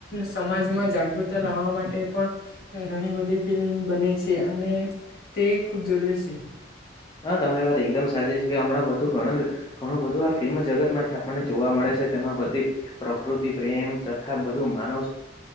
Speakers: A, on the left; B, on the left.
A: સમાજમાં જાગૃતતા લાવવા માટે પણ ઘણી બધી ફિલ્મ બને છે અને તે ખુબ જરૂરી છે.
B: હા તમારી વાત એકદમ સાચી છે કે હમણાં બધું ઘણું બધું આ ફિલ્મ જગતમાંથી આપણને જોવા મળે તેમાં બધી પ્રકૃતિ પ્રેમ તથા બધું માનવ